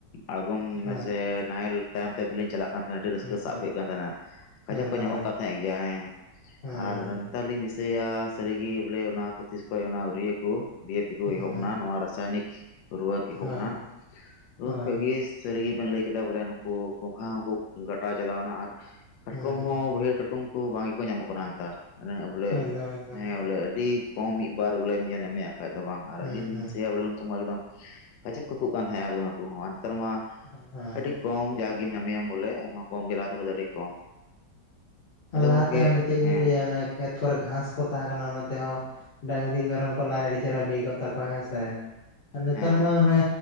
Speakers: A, on the left (about 85°); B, on the left (about 40°).
A: ᱟᱲᱜᱚᱢ
B: ᱦᱮᱸ
A: ᱥᱮ ᱱᱟᱦᱮᱞ ᱛᱟᱭᱚᱢ ᱛᱮ ᱛᱤᱧ ᱪᱟᱞᱟᱜ ᱠᱟᱱ ᱟᱹᱰᱤ ᱨᱟᱹᱥᱠᱟᱹ
B: ᱦᱮᱸ
A: ᱥᱟᱵ
B: ᱦᱮᱸ
A: ᱦᱩᱭᱩᱜ ᱠᱟᱱ ᱛᱟᱦᱮᱸᱱᱟ ᱛᱟᱦᱮᱸᱱᱟ ᱠᱟᱡᱟᱠ
B: ᱮᱠᱫᱚᱢ
A: ᱠᱚ ᱧᱟᱢᱚᱜ
B: ᱮᱠᱫᱚᱢ
A: ᱠᱟᱱ ᱛᱟᱦᱮᱸᱫ ᱜᱮᱭᱟ ᱦᱮᱸ
B: ᱦᱮᱸ
A: ᱟᱨ ᱱᱮᱛᱟᱨ ᱞᱤᱧ ᱥᱮ ᱥᱟᱹᱨᱤᱜᱮ ᱵᱚᱞᱮ ᱚᱱᱟ ᱠᱚ ᱛᱤᱥ ᱠᱷᱚᱡ ᱚᱱᱟ ᱤᱭᱟᱹ ᱠᱚ ᱰᱤᱭᱮ ᱯᱤ ᱠᱚ ᱮᱦᱚᱵ
B: ᱦᱮᱸ
A: ᱮᱱᱟ ᱱᱚᱣᱟ ᱨᱟᱥᱟᱭᱚᱱᱤᱠ ᱨᱩᱣᱟᱹ ᱮᱦᱚᱵ
B: ᱦᱳᱭ
A: ᱮᱱᱟ ᱩᱱ
B: ᱦᱳᱭ
A: ᱠᱷᱚᱱᱜᱤ ᱥᱟᱹᱨᱤ ᱜᱮᱵᱤᱱ ᱞᱟᱹᱭ ᱠᱮᱫᱟ ᱵᱚᱞᱮ ᱱᱩᱠᱩ ᱜᱚᱝᱜᱷᱟ ᱦᱚᱸᱠᱚ ᱜᱟᱴᱟᱣ ᱪᱟᱞᱟᱣᱮᱱᱟ ᱟᱨ ᱠᱟᱴᱠᱚᱢ
B: ᱦᱮᱸ
A: ᱦᱚᱸ ᱵᱟᱹᱭᱦᱟᱹᱲ ᱠᱟᱴᱠᱚᱢ ᱠᱚ ᱵᱟᱝ ᱜᱮᱠᱚ ᱧᱟᱢᱚᱜ ᱠᱟᱱᱟ ᱱᱮᱛᱟᱨ ᱵᱚᱞᱮ
B: ᱮᱠᱫᱚᱢ ᱮᱠᱫᱚᱢ
A: ᱦᱮᱸ ᱵᱚᱞᱮ ᱟᱹᱰᱤ ᱠᱚᱢ ᱢᱤᱫ ᱵᱟᱨ ᱵᱚᱞᱮᱢ ᱧᱮᱞ ᱧᱟᱢᱮᱭᱟ ᱠᱷᱟᱡᱽ ᱫᱚ ᱵᱟᱝ ᱟᱨ
B: ᱦᱮᱸ
A: ᱟᱹᱞᱤᱧ ᱞᱤᱧ
B: ᱦᱮᱸ
A: ᱞᱟᱹᱭᱟ ᱵᱚᱞᱮ ᱩᱱ ᱥᱚᱢᱚᱭ ᱮᱠᱫᱚᱢ ᱜᱟᱡᱟᱠ ᱠᱚ ᱦᱟᱠᱩᱜ ᱠᱟᱱ ᱛᱟᱦᱮᱸ ᱦᱟᱹᱠᱩ ᱱᱮᱛᱟᱨ ᱢᱟ
B: ᱦᱮᱸ
A: ᱟᱹᱰᱤ ᱠᱚᱢ ᱡᱟᱠ ᱜᱮᱢ ᱧᱟᱢᱤᱭᱟᱢ ᱵᱚᱞᱮ ᱮᱱᱨᱮᱦᱚ ᱠᱚᱢ ᱜᱮ <unintelligible> ᱠᱚᱢ ᱟᱫᱚ
B: ᱞᱟᱦᱟᱛᱮ
A: ᱜᱚᱝᱠᱮ
B: ᱚᱱᱮ ᱪᱮᱫ ᱤᱧ
A: ᱦᱮᱸ
B: ᱞᱟᱹᱭᱟ ᱚᱱᱮ ᱠᱷᱮᱛ ᱠᱚᱨᱮ ᱜᱷᱟᱸᱥ ᱠᱚ ᱛᱟᱦᱮᱸ ᱠᱟᱱᱟ ᱚᱱᱟ ᱛᱮᱦᱚᱸ ᱰᱟᱝᱨᱤ ᱢᱮᱨᱚᱢ ᱠᱚ ᱞᱟᱡ ᱟᱹᱰᱤ ᱪᱮᱦᱨᱟ ᱵᱤ ᱠᱚᱜ ᱛᱟᱠᱚᱣᱟ ᱦᱮᱸᱥᱮ ᱱᱮᱛᱟᱨ
A: ᱦᱮᱸ
B: ᱢᱟ ᱚᱱᱮ